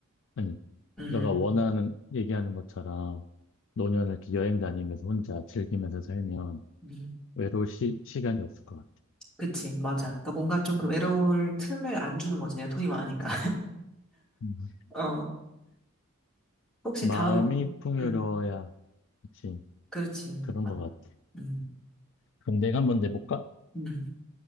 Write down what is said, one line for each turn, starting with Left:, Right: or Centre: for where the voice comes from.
Left: 아니,
Centre: 음,
Left: 너가 원하는, 얘기하는 것처럼 노년을 이렇게 여행 다니면서 혼자 즐기면서 살면
Centre: 음,
Left: 외로울 시, 시간이 없을 것 같아.
Centre: 그치, 맞아. 그러니까 뭔가 좀 그 외로울 틈을 안 주는 거지. 내가 돈이 많으니까.
Left: 음.
Centre: <laughs> 어, 혹시
Left: 마음이
Centre: 다음,
Left: 풍요로워야,
Centre: 음,
Left: 그치?
Centre: 그렇지.
Left: 그런
Centre: 아,
Left: 것 같아.
Centre: 음,
Left: 그럼 내가 한번 내볼까?
Centre: 음,